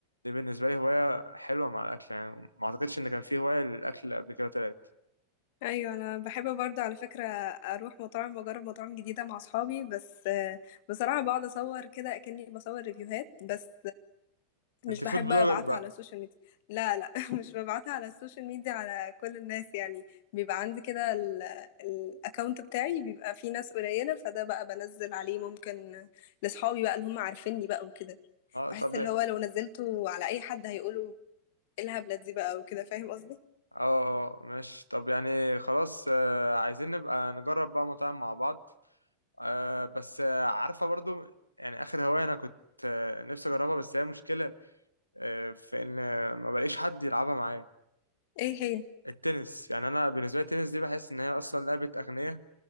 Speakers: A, on the right; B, on the left.
A: بالنسبة لي هواية حلوة مع الأكل يعني ما أعتقدش إن كان في هواية للأكل قبل كده طلعت
B: ايوه انا بحب برضه على فكره اروح مطاعم واجرب مطاعم جديده مع اصحابي بس آه، بصراحه بقعد اصور كده اكني بصور ريفيوهات بس مش
A: أنت
B: بحب
A: فود بلوجر
B: ابعتها
A: بقى
B: على السوشيال ميديا لا لا <laughs> مش ببعتها على السوشيال ميديا على كل الناس يعني بيبقى عندي كده الاكونت بتاعي بيبقى فيه ناس قليلة فده بقى بنزل عليه ممكن لاصحابي بقى اللي هم عارفيني بقى وكده
A: أه
B: بحس
A: طب
B: اللي
A: أه
B: هو لو نزلته على اي حد هيقولوا ايه الهبلة دي بقى وكده فاهم قصدي
A: أه ماشي طب يعني خلاص آه، عايزين نبقى نجرب بقى مطاعم مع بعض أه بس آه، عارفة برضو يعني آخر هواية أنا كنت آه، نفسي أجربها بس هي مشكلة آه، في إن آه، ما بلاقيش حد يلعبها معايا
B: ايه هي
A: التنس يعني أنا بالنسبة لي التنس دي بحس إن هي أصلا لعبة أغنياء